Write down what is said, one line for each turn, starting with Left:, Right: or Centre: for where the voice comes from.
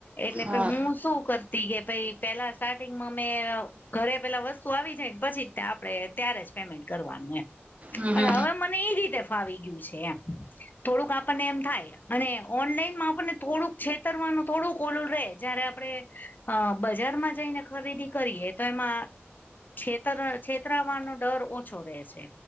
Left: એટલે
Right: હા
Left: કે હું શું કર તો કે ભાઈ પહેલા સ્ટાર્ટિંગમાં મે ઘરે પહેલા વસ વસ્તુ આવી જાય ને પછી જ આપણે ત્યારે જ પેમેન્ટ કરવાનું એમ
Right: હમ
Left: પણ
Right: હમ
Left: હવે મન એ રીતે ફાવી ગયું છે. એમ થોડુંક આપણને એમ થાય. અને ઓનલાઈનમાં આપણને થોડુંક છેતરવાનું થોડુંક પેલું રહેે જયારે આપણે બજારમાં જઈને ખરીદી કરીએ તો એમાં છેતર છેતરાવાનો ડર ઓછો રહે છે.